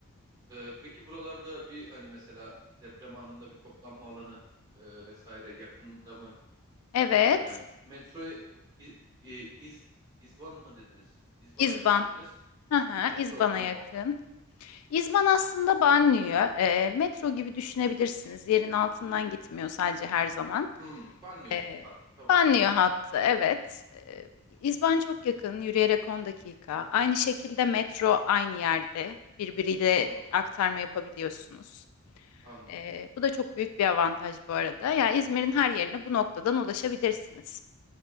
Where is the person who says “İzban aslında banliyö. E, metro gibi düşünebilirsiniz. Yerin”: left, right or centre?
Left